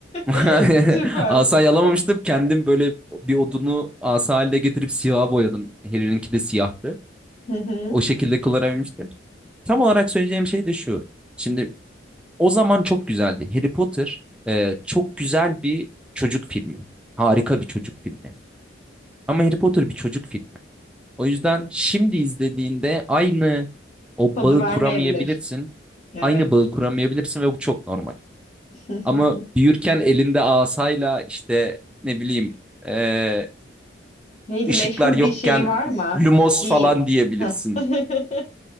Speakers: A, in the centre; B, on the left.
A: <laughs>
B: <laughs> Süper.
A: Asa yalamamıştım. Kendim böyle bir odunu asa haline getirip siyaha boyadım. Harry'ninki de siyahtı.
B: Hı hı.
A: O şekilde kullanabilmiştim. Tam olarak söyleyeceğim şey de şu. Şimdi o zaman çok güzeldi. Harry Potter e, çok güzel bir çocuk filmi. Harika bir çocuk filmi. Ama Harry Potter bir çocuk filmi. O yüzden şimdi izlediğinde aynı o
B: Tadı
A: bağı
B: vermeyebilir.
A: kuramayabilirsin.
B: Evet.
A: Aynı bağı kuramayabilirsin ve bu çok normal.
B: <laughs>
A: Ama büyürken elinde asayla işte ne bileyim e,
B: Neydi
A: ışıklar
B: meşhur
A: yokken
B: bir şeyi var mı?
A: lumos
B: Bir
A: falan diyebilirsin.
B: Heh. <laughs>